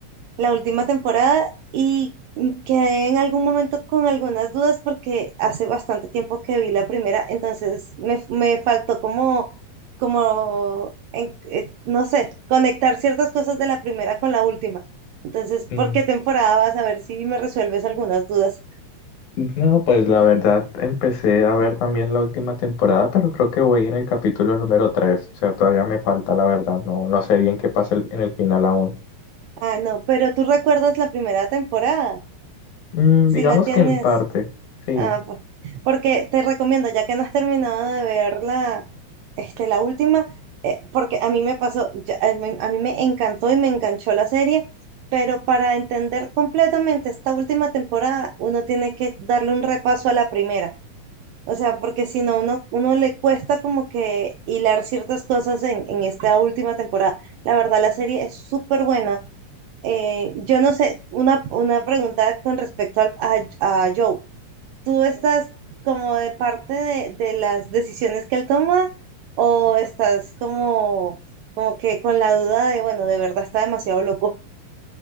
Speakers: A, on the right; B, on the left.
A: la última temporada y quedé en algún momento con algunas dudas porque hace bastante tiempo que vi la primera, entonces me, me faltó como, como en- eh, no sé, conectar ciertas cosas de la primera con la última. Entonces,
B: Mm.
A: ¿por qué temporada vas a ver si me resuelves algunas dudas?
B: No, pues la verdad empecé a ver también la última temporada, pero creo que voy en el capítulo número 3, o sea, todavía me falta la verdad, no, no sé bien qué pasa el- en el final aún.
A: Ah, no, pero tú recuerdas la primera temporada,
B: Mm,
A: si
B: digamos
A: la tienes.
B: que en parte, sí.
A: Ah, pues, porque te recomiendo, ya que no has terminado de ver la, este, la última, eh, porque a mí me pasó, ya- a mí, a mí me encantó y me enganchó la serie, pero para entender completamente esta última temporada, uno tiene que darle un repaso a la primera. O sea, porque si no, uno, uno le cuesta como que hilar ciertas cosas en, en esta última temporada. La verdad, la serie es súper buena. Eh, yo no sé, una, una pregunta con respecto al- a, a Joe. ¿Tú estás como de parte de, de las decisiones que él toma o estás como, como que con la duda de, bueno, de verdad está demasiado loco?